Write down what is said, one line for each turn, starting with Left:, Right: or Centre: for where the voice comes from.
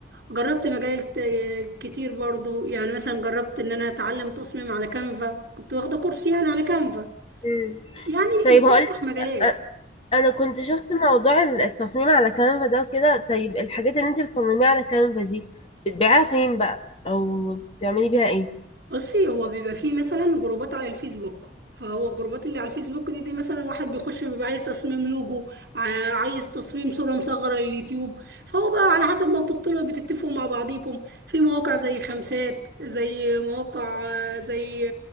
Right: جربت مجالات آه، كتير برضو يعني مثلا جربت ان انا اتعلم تصميم على كانفا كنت واخدة كورس يعني على كانفا
Left: مم.
Right: يعني
Left: طيب
Right: بتفتح
Left: هقول
Right: مجالات
Left: أ- انا كنت شفت موضوع ال- التصميم على كانفا ده وكده طيب الحاجات اللي انت بتصمميها على كانفا دي بتبيعها فين بقى او بتعملي بيها ايه
Right: بصي هو بيبقى فيه مثلا جروبات على الفيسبوك فهو الجروبات اللي على الفيسبوك دي, دي مثلا واحد بيخش بيبقى عايز تصميم لوجو ع- عايز تصميم صورة مصغرة لليوتيوب فهو بقى على حسب ما بتطلعوا بتتفقوا مع بعضيكم في مواقع زي خمسات زي مواقع آه، زي